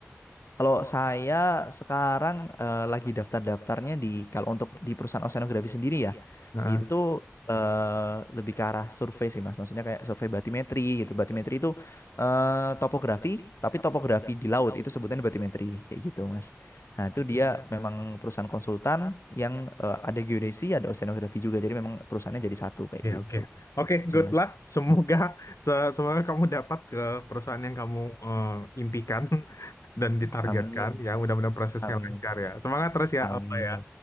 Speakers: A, on the left (about 65°); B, on the left (about 80°).
A: Kalau saya sekarang eh, lagi daftar-daftarnya di kalau untuk di perusahaan oceanografi sendiri ya,
B: Nah,
A: itu eh, lebih ke arah survei sih Mas. Maksudnya kayak survei batimetri gitu. Batimetri itu eh, topografi, tapi topografi di laut itu sebutannya batimetri kayak gitu Mas. Nah, itu dia memang perusahaan konsultan yang eh, ada geodesi, ada oceanografi juga. Jadi memang perusahaannya jadi satu kayak
B: Oke,
A: gitu
B: oke. Oke,
A: sih
B: good
A: Mas.
B: luck. Semoga
A: Hmm.
B: se- semoga kamu dapat ke perusahaan yang kamu eh, impikan <laughs> dan ditargetkan.
A: Amin,
B: Ya, mudah-mudahan prosesnya
A: amin,
B: lancar ya. Semangat terus ya,
A: amin.
B: apa ya.